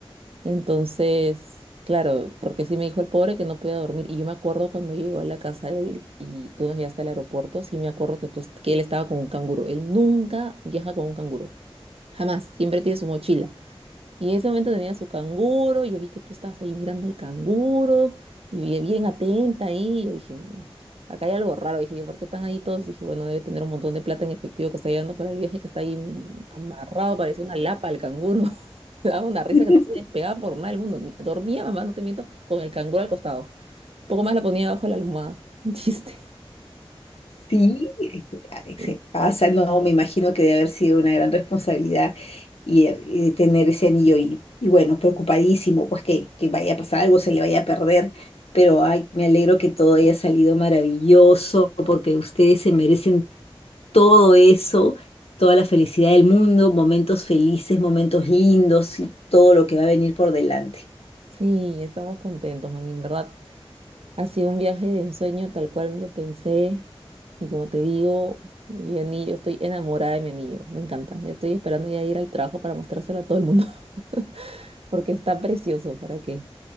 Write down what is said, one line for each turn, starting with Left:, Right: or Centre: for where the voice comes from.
Right: Entonces, claro, porque sí me dijo el pobre que no podía dormir. Y yo me acuerdo cuando yo llegó a la casa de él y tú nos llevaste al aeropuerto, sí me acuerdo que, tú, est- que él estaba con un canguro. Él nunca viaja con un canguro. Jamás. Siempre tiene su mochila. Y en ese momento tenía su canguro, y yo vi que tú estabas ahí mirando al canguro, y vi- bien atenta ahí, y yo dije, "Mm, acá hay algo raro, dije yo, ¿por qué están ahí todos? Dije, bueno, debe tener un montón de plata en efectivo que está llevando para el viaje, que está ahí mm, amarrado, parece una lapa al canguro. <laughs> Me daba una risa
Left: <laughs>
Right: que no se despegaba por nada del mundo. Ni- Dormía, mamá, no te miento, con el canguro al costado. Un poco más la ponía debajo de la almohada. <laughs> Un chiste.
Left: Sí, es que, ah,
Right: Sí,
Left: se pasa, no, me imagino que debe haber sido una gran responsabilidad y, eh, y tener ese anillo y, y bueno, preocupadísimo, pues que, que vaya a pasar algo, se le vaya a perder, pero ay, me alegro que todo haya salido maravilloso porque ustedes se merecen todo eso, toda la felicidad del mundo, momentos felices, momentos lindos y todo lo que va a venir por delante.
Right: Sí, estamos contentos, mami, en verdad. Ha sido un viaje de ensueño tal cual me lo pensé. Y como te digo, mi anillo, estoy enamorada de mi anillo. Me encanta. Estoy esperando ya ir al trabajo para mostrárselo a todo el mundo. <laughs> Porque está precioso. ¿Para qué?